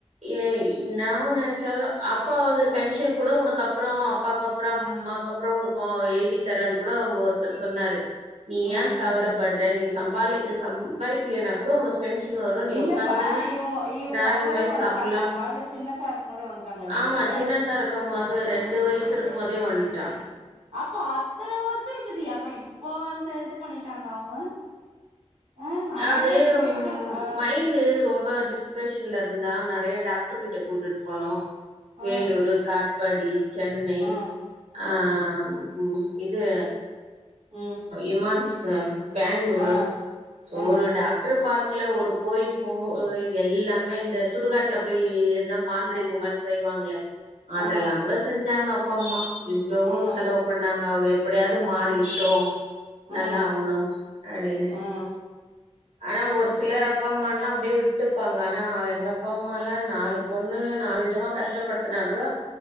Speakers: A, on the right; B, on the right.
A: ஏய் நாவ்வ நெனைச்சாத அப்பாவது பென்ஷன் கூட உனக்கு அப்புறோ அப்பாக்கு அப்புறோம் ஆக்க அப்புறோ ஒனக்கொ எழுதித்தரேன்னு கொட அங்க ஒருத்தர் சொன்னாரு நீ
B: ம்,
A: ஏன் கவலப்பட்ற
B: ம்.
A: நீ சம்பாளிக்க சம்பாரிக்கலயினா கூட உனக்கு பென்ஷன் வரும் நீ
B: இல்லப்பா
A: உட்க்காந்துன்னு
B: இவுங்க இவுங்க
A: ராணி
B: அப்பவே
A: மாரி
B: வந்துட்டாங்களா?
A: சாப்பலா
B: கொழந்த சின்னசா இருக்கும்போதே வந்துட்டாங்களா வீட்டுக்கு?
A: ஆ ஆமா சின்னதா ருக்கும்போது ரெண்டு வயசு இருக்கும் போதே வந்ட்டா
B: அப்ப அத்தன வர்ஷோ விட்டு யாப்ப இப்போ அந்த இது பண்ணிட்டாங்க அவுங்க அ அழகா
A: அதெம்
B: இப்ப எவ்ளோ ஆ,
A: மைண்டு ரொம் மா டிஸ்ப்ரெஷன்ல இருந்தா நெறைய டாக்டுருகிட்ட கூட்டுட்டு போனோ
B: ஆ,
A: வேலூரு காட்ஃபாடி சென்னை
B: ஆ, ஆ,
A: ஆ உ இது
B: ம்,
A: இமான்ஸ் பேங்களூரு
B: ஆ, ஆ, ஆ,
A: ஒரு டாக்டுரு பாக் ல்ல ஒரு கோயிலு போ எல்லாமே இந்த சுடுகாட்டுல போய் மாந்திரிகமரி
B: ஆ,
A: செய்வாங்களே அதெல்லா
B: ஆ,
A: கூட செஞ்சாங்க அப்பா அம்மா இவ்வளவோ
B: ஆ, ஆ,
A: செலவு பண்ணாங்க அவ எப்டியாது
B: ஆ,
A: மாறிட்டோ
B: ஆ, ஆ, ஆ,
A: நல்லா ஆவுணு அடின்னு
B: ஆ, ஆ,
A: ஆனா ஒரு சிலர் அப்பா அம்மல்லா அப்டியே விட்டுப்பாங்க ஆனா எங்க அப்பா அம்மால்லா நாலு பொண்ணு நாலு விதவிதமா கஷ்டப்படுத்தனா கூட